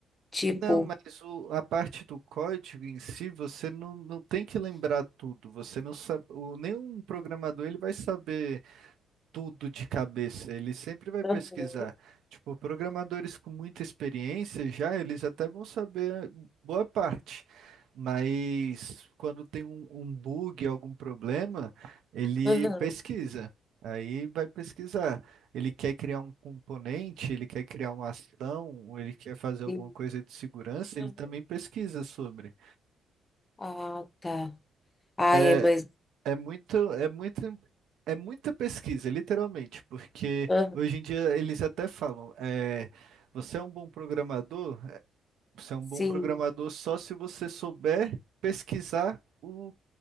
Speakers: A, on the left; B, on the right.
A: tipo,
B: Não, mas o- a parte do código em si, você não, não tem que lembrar tudo. Você não sabe, o, nenhum programador ele vai saber tudo de cabeça, ele sempre vai
A: aham.
B: pesquisar. Tipo, programadores com muita experiência já, eles até vão saber boa parte. Mas quando tem um, um bug, algum problema, ele
A: Aham,
B: pesquisa. Aí vai pesquisar. Ele quer criar um componente, ele quer criar uma ação, ou ele quer fazer alguma
A: sim.
B: coisa de segurança,
A: Aham.
B: ele também pesquisa sobre.
A: Ah, tá. Ai,
B: É,
A: é, mas.
B: É muito, é muito, é muita pesquisa, literalmente, porque
A: Aham,
B: hoje em dia eles até falam, é, você é um bom programador, é, você é um bom
A: sim.
B: programador só se você souber pesquisar o,